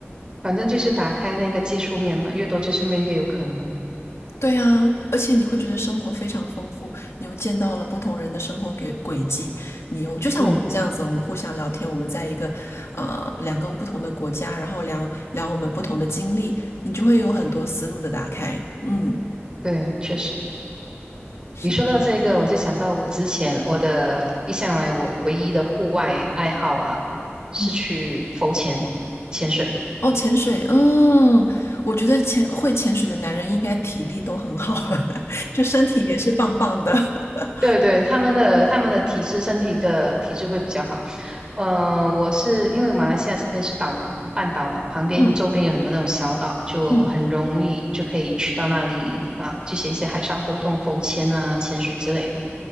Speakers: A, on the right (about 20°); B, on the left (about 85°).
A: 反正就是打开那个接触面嘛，越多接触面越有可能了
B: 对呀，而且你会觉得生活非常丰富，你又见到了不同人的生活轨轨迹，你又就像我们这样子，
A: 嗯，
B: 我们互相聊天，我们在一个呃两个不同的国家，然后聊聊我们不同的经历，你就会有很多思路的打开。嗯，
A: 对，确实。
B: 是的，
A: 你说到这个，我就想到我之前我的一向来我唯一的户外爱好啊，是去浮潜、
B: 嗯，
A: 潜水。
B: 哦，潜水，嗯，我觉得潜会潜水的男人应该体力都很好，<laughs> 就身体也是棒棒的。<laughs>
A: 对对，他们的他们的体质，身体的体质会比较好。呃，我是因为马来西亚这边是岛，就半岛嘛，旁边周边有很多那种小岛，
B: 嗯
A: 就很容易就可以去到那里啊，
B: 嗯。
A: 这些一些海上活动，浮潜啊、潜水之类的。